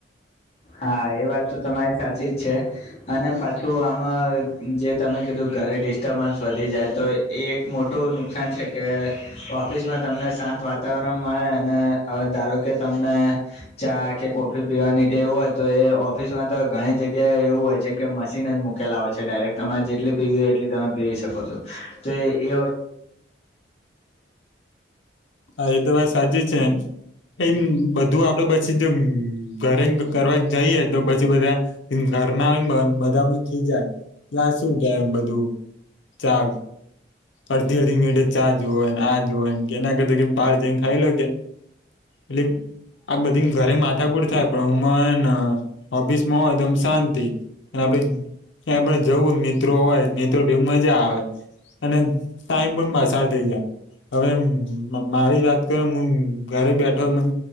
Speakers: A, on the left (about 35°); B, on the left (about 80°).
A: હા એ વાત તો તમારી સાચી જ છે અને પાછું આમાં જે તમે કીધું ઘરે ડિસ્ટર્બન્સ વધી જાય તો એ એક મોટું નુકસાન છે કે ઓફિસમાં તમને શાંત વાતાવરણ મળે અને હવે ધારો કે તમને ચા કે કો ઓફી પીવા નીે એવું હોય તો એ ઓફિસમાં તો ઘણી જગ્યાએ એવું હોય છે કે મશીન જ મૂક કેલા આવે છે ડાયરેક્ટ તમારે જેટલી પીવી હોય એટલી તમે પીવી શકો છો તો એ વખતે
B: હા એ તો વાત સાચી છેે એમ બધું આપડે પછી ઘરે કરવા જઈએ તો પછી બધા ઘરના બધા પણ ખી જાય ત્યા શું કે બધું ચા અડધી અડધી મિનટે ચા જોને આ જો ને એના કરતા બહાર જઈને ખાઈ લો કે એટલે આ બધી ઘરે માથા કુર થાય પણ હુંને ઓફિસમાં હોય તોમ શાંતિ અને આપે એ પણ જવું મિત્રો હોય મિત્રો બવુ મજા આવે અને ટાઈમ પણ પસાર થઈ જાય હવે મારી જ વાત કર હું ઘરે બેઠો મ